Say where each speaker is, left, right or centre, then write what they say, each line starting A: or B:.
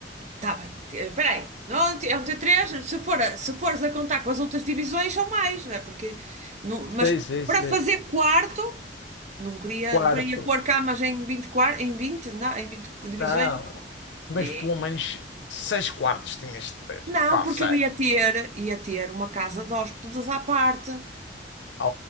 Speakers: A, on the right (about 40°); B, on the left (about 85°).
A: Tá bem, eh, espera Não, é um t três se for a- se fores a contar com as outras divisões, são mais, não é? Porque, não, mas
B: Sim, sim,
A: para
B: sim.
A: fazer quarto, não queria,
B: Quarto.
A: para ir pôr camas em 20 quar- em 20 não, em 20 divisões.
B: Não. Mas
A: E-
B: pelo menos 6 quartos tinhas de ter.
A: não,
B: Pá,
A: porque
B: seis.
A: eu ia ter, ia ter uma casa de hóspedes à parte.
B: ah